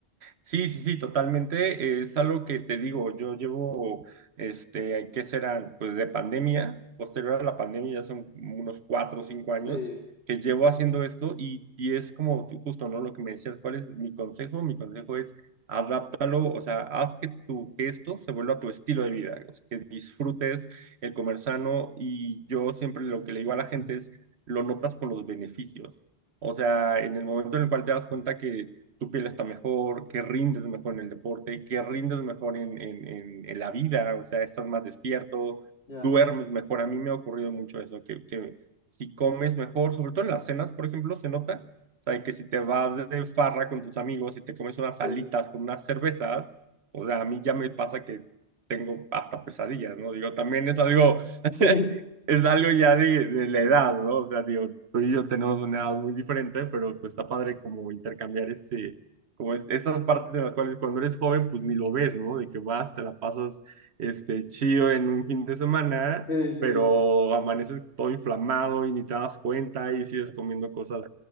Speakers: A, on the right; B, on the left.
A: Sí, sí, sí, totalmente. Es algo que te digo, yo llevo, este, ¿qué serán? Pues de pandemia, posterior a la pandemia, ya son unos cuatro o cinco años
B: Sí,
A: que llevo haciendo esto y, y es como tú justo, ¿no? Lo que me decías, ¿cuál es mi consejo? Mi consejo es adáptalo, o sea, haz que tu, que esto se vuelva tu estilo de vida, o sea, que disfrutes el comer sano y yo siempre lo que le digo a la gente es, lo notas con los beneficios. O sea, en el momento en el cual te das cuenta que tu piel está mejor, que rindes mejor en el deporte, que rindes mejor en, en, en, en la vida, o sea, estás más despierto,
B: ya,
A: duermes mejor. A mí me ha ocurrido mucho eso, que, que si comes mejor, sobre todo en las cenas, por ejemplo, se nota, o sea, que si te vas de farra con tus amigos y te comes unas
B: sí,
A: alitas
B: <laughs>
A: con unas cervezas, o sea, a mí ya me pasa que tengo hasta pesadillas, ¿no? Digo, también es algo <laughs>
B: sí,
A: es algo ya de, de la edad, ¿no? O sea, digo, tú y yo tenemos una edad muy diferente, pero pues está padre como intercambiar este, como es, esas partes en las cuales cuando eres joven, pues ni lo ves, ¿no? De que vas, te la pasas este, chido en un fin de semana,
B: sí, sí,
A: pero amaneces todo inflamado y ni te das cuenta y sigues comiendo cosas,